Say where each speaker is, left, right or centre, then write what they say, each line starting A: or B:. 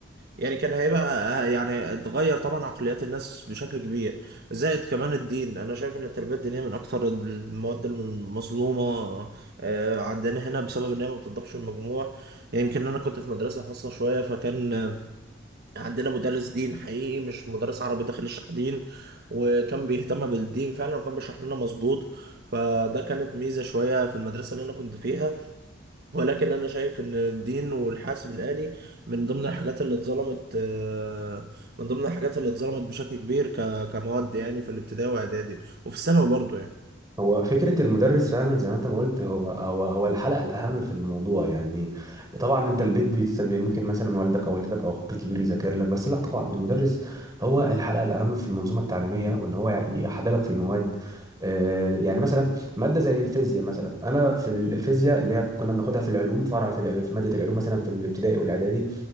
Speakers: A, on the right (about 50°); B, on the right (about 20°).
A: يعني كان هيبقى آه، يعني اتغير طبعا عقليات الناس بشكل كبير زائد كمان الدين انا شايف ان التربية الدينية من اكثر المواد المظلومة آه، عندنا هنا بسبب ان هي ما بتضافش المجموع يمكن يعني انا كنت في مدرسة خاصة شوية فكان عندنا مدرس دين حقيقي مش مدرس عربي داخل يشرح دين وكان بيهتم بالدين فعلا وكان بيشرح لنا مظبوط فده كانت ميزة شوية في المدرسة اللي أنا كنت فيها ولكن أنا شايف إن الدين والحاسب الآلي من ضمن الحاجات اللي اتظلمت آه، من ضمن الحاجات اللي اتظلمت بشكل كبير ك- كمواد يعني في الابتدائي وإعدادي وفي الثانوي برضه يعني
B: هو فكرة المدرس فعلا زي ما انت ما قلت هو هو هو الحلقة الأهم في الموضوع يعني طبعا انت البيت بيتسبب ممكن مثلا والدك او والدتك او اخوك الكبير يذاكر لك بس لا طبعا المدرس هو الحلقة الأهم في المنظومة التعليمية وان هو يحببك في المواد آه، يعني مثلا مادة زي الفيزياء مثلا انا في ال- الفيزياء اللي هي كنا بناخدها في العلوم فرع في الع- في مادة العلوم مثلا في الابتدائي والاعدادي